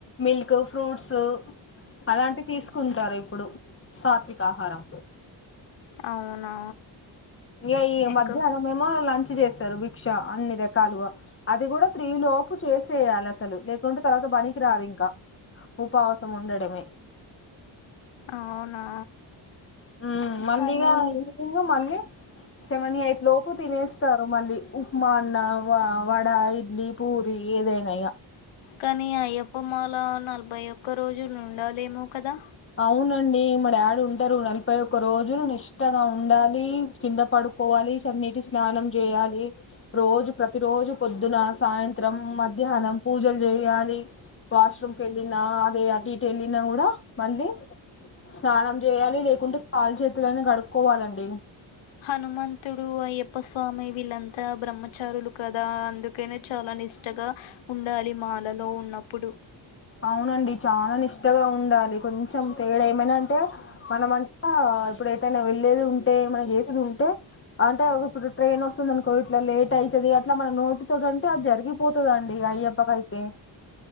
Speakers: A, on the left; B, on the left.
A: మిల్క్, ఫ్రూట్స్. అలాంటి తీసుకుంటారు ఇప్పుడు సాత్విక ఆహారం
B: అవునా
A: ఇయా ఈ
B: ఇంకా
A: మధ్యాహ్నం ఏమో లంచ్ చేస్తారు భిక్ష అన్ని రకాలుగా, అది కూడా త్రిలోపు చేసేయాలి అసలు లేకుంటే తర్వాత పనికి రాదు ఇంకా ఉపవాసం ఉండటమే.
B: అవునా
A: ఉమ్ మళ్ళీ
B: కానీ
A: ఇగ ఎందుకు ఇంగ మళ్ళీ సెమనీ ఏయి ప్ లోపు తినేస్తారు మళ్ళీ ఉప్మా అన్న వ వడ, ఇడ్లీ, పూరి, ఏదైనా ఇగ
B: కానీ అయ్యప్ప మాల న్ నలభై ఒక్క రోజులు ఉండాలేమో కదా
A: అవునండి మా డాడీ ఉంటారు నలభై ఒక్క రోజులు నిష్టగా ఉండాలి, కింద పడుకోవాలి చన్నిటి స్నానం చేయాలి రోజు, ప్రతి రోజు పొద్దున, సాయంత్రం, మధ్యాహ్నం పూజలు చేయాలి వాష్రూమ్కి వెళ్ళినా అదే అటు ఇటు వెళ్ళినా కూడా. మళ్ళీ స్నానం చేయాలి లేకుంటే కాలు చేతులన్న కడుక్కోవాలండి
B: హనుమంతుడు, అయ్యప్ప స్వామి, వీళ్ళంతా బ్రహ్మచారులు కదా అందుకనే చాలా నిష్టగా ఉండాలి మాలలో ఉన్నప్పుడు.
A: అవునండి చాలా నిష్టగా ఉండాలి కొన్ చం తేడా ఏమైనా అంటే మన అంటా ఇప్పుడు ఏటైనా వెళ్లేేది ఉంటే, మనం చేసేది ఉంటే, అంటే ఇప్పుడు ట్రైన్ వస్తుంది అనుకో ఇట్లా లేట్ అయితది, అట్లా మన నోటి తోటి అంటే అది జరిగిపోతదండి అయ్యప్పకయితే